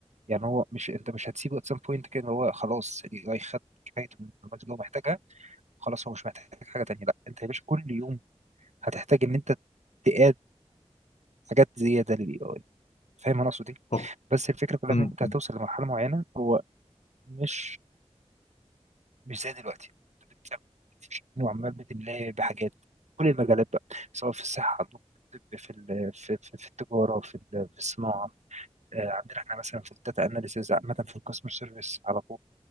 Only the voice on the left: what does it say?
طب-
م-
م.